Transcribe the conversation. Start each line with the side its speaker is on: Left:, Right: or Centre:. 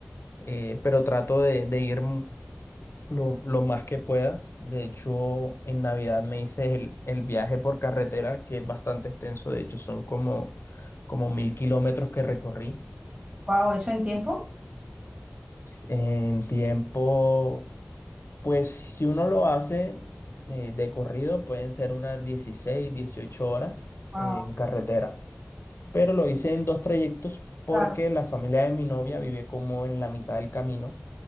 Left: eh, pero trato de, de ir. lo, lo más que pueda. De hecho, en Navidad me hice el, el viaje por carretera, que es bastante extenso. De hecho, son como, como mil kilómetros que recorrí.
Right: Wow, ¿eso en tiempo?
Left: En tiempo, pues si uno lo hace eh, de corrido, pueden ser unas 16 18 horas
Right: Wow,
Left: en carretera. Pero lo hice en dos trayectos porque
Right: claro.
Left: la familia de mi novia vive como en la mitad del camino.